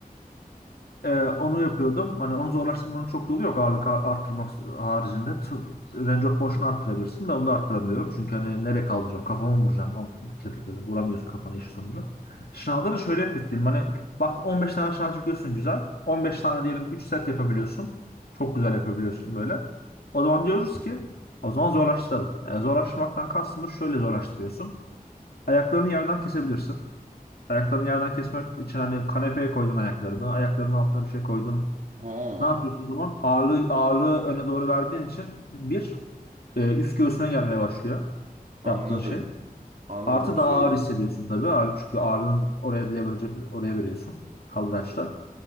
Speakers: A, on the left (about 85°); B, on the right (about 55°).
A: Ee, onu yapıyordum. Hani onu zorlaştırmanın çok yolu yok ağırlık ar- arttırmak haricinde. T- range of motion'u arttırabilirsin de onu da arttıramıyorum. Çünkü hani nereye kaldıracağım? Kafamı vuracağım. O Kettlebell'e vuramıyorsun kafana iş sonunda. Şınavda da şöyle yapıyorsun diyelim. Hani bak 15 tane şınav çekiyorsun güzel. 15 tane diyelim 3 set yapabiliyorsun. Çok güzel yapabiliyorsun böyle. O zaman diyoruz ki o zaman zorlaştıralım. Yani zorlaştırmaktan kastımız şöyle zorlaştırıyorsun. Ayaklarını yerden kesebilirsin. Ayaklarını yerden kesmek için hani kanepeye koydun ayaklarını. Ayaklarının altına bir şey koydun.
B: Ha.
A: Ne yapıyorsun o zaman? Ağırlığı, ağırlığı öne doğru verdiğin için bir e, üst göğsüne gelmeye başlıyor
B: Anladım.
A: yaptığın şey.
B: Anladım
A: Artı
B: şey.
A: daha ağır hissediyorsun tabii. Ağır, çünkü ağırlığın oraya leverage oraya veriyorsun kaldıraçta.